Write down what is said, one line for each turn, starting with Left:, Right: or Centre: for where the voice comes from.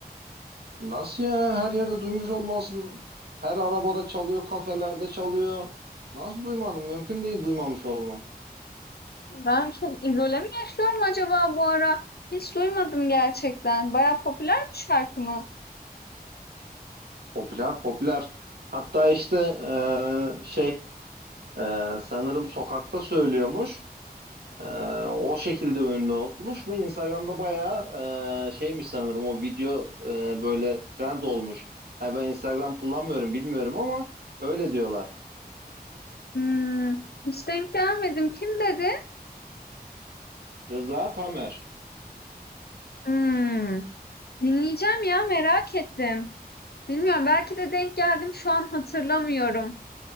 Right: Nasıl ya? Her yerde duymuş olmalısın. Her arabada çalıyor, kafelerde çalıyor. Nasıl duymadın? Mümkün değil duymamış olman.
Left: Ben çok izole mi yaşıyorum acaba bu ara? Hiç duymadım gerçekten. Baya popüler bir şarkı mı?
Right: Popüler, popüler. Hatta işte e, şey e, sanırım sokakta söylüyormuş. E, o şekilde ünlü olmuş ve Instagram'da bayağı e, şeymiş sanırım o video e, böyle trend olmuş. Ha, ben Instagram kullanmıyorum bilmiyorum ama öyle diyorlar.
Left: Hmm, hiç denk gelmedim. Kim dedi?
Right: Rıza Tamer.
Left: Hmm, dinleyeceğim ya merak ettim. Bilmiyorum belki de denk geldim şu an hatırlamıyorum.